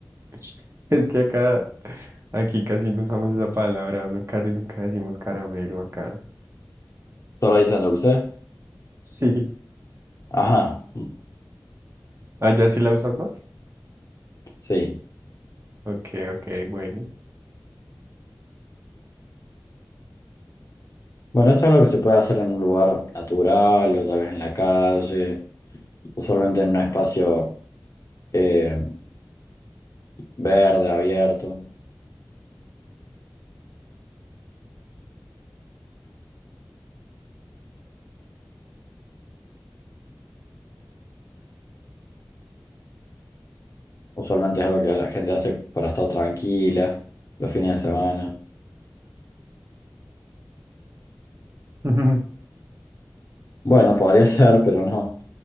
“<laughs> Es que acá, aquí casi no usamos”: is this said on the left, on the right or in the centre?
Right